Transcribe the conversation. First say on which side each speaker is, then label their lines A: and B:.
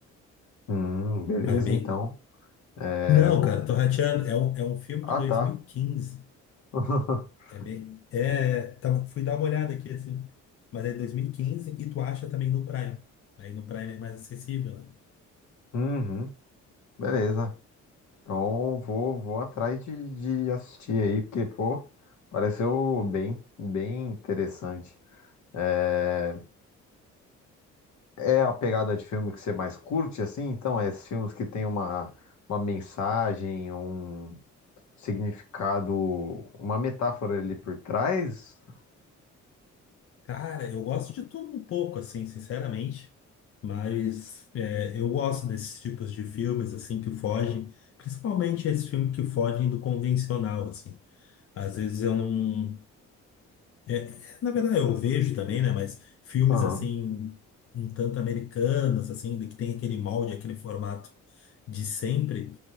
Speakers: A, on the left (about 65°); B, on the left (about 50°).
A: hum, beleza
B: Mas bem.
A: então. É,
B: Não,
A: vou...
B: cara, tô rateando. É um, é um filme
A: Ah,
B: de dois
A: tá.
B: mil e quinze.
A: <laughs>
B: É bem. É, tava, fui dar uma olhada aqui, assim. Mas é 2015 e quinze e tu acha também no Prime. Aí no Prime é mais acessível, né?
A: Uhum, beleza. Então vou, vou atrás de, de assistir aí, porque, pô, pareceu bem, bem interessante. É, é a pegada de filme que você mais curte, assim? Então, é esses filmes que tem uma, uma mensagem, um significado, uma metáfora ali por trás?
B: Cara, eu gosto de tudo um pouco, assim, sinceramente. Mas é, eu gosto desses tipos de filmes, assim, que fogem. Principalmente esses filmes que fogem do convencional, assim. Às vezes eu não. É, na verdade, eu vejo também, né? Mas filmes
A: Aham.
B: assim, um tanto americanos, assim, que tem aquele molde, aquele formato de sempre,